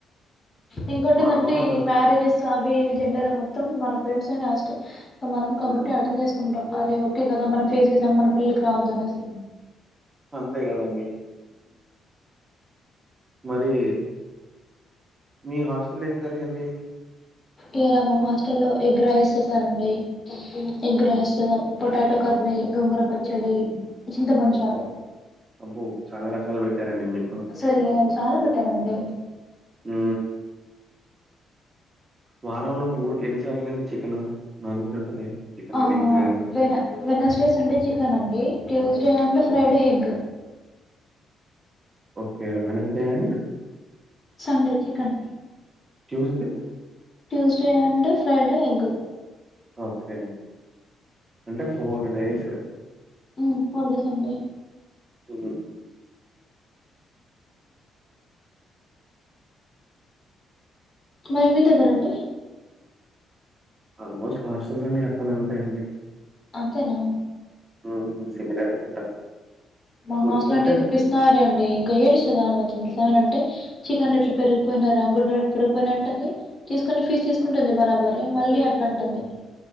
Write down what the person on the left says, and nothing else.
ఇంకోటి
ఏందంటే
ఈ మ్యారేజెస్ అవి ఇవి జెండర్ మొత్తం మన ప్రెడ్స్ ఏ లాస్ట్. సో మనం
కాబట్టి అర్థం చేసుకుంటాం అదే ఓకే కదా మనం ఫేస్ చేసాం మన పిల్లకి రావద్దు అనేస్.
ఇ రామో హాస్టల్ లో ఎగ్ రైస్ చేశారండోయ్. Egg rice potato curry Gongura పచ్చడి చింతపంషారు.
సరే చాలా పెట్టారండి.
ఆ
వెన వెనస్డే సండే చికెన్ అండి Tuesday and Friday egg.
Sunday chicken.
Tuesday and Friday egg.
ఉ ఫోర్ డేస్ అండి.
మరి మీ దగ్గర అండి.
అంతేనా
మా హాస్ల్
అంట అయితే పిస్. సారే అండి ఇంకా ఏడుస్తది ఆమెకి ఈసారి అంటే. చికెన్ రేట్లు పెరిగిపోయినాయి రా అంగళ్ళ రెట్లు పెరిగిపోయినై అంటంది. తీసుకుని ఫీజు తీసుకుంటుంది బరాబర మళ్ళీ అట్లా అంటుంది.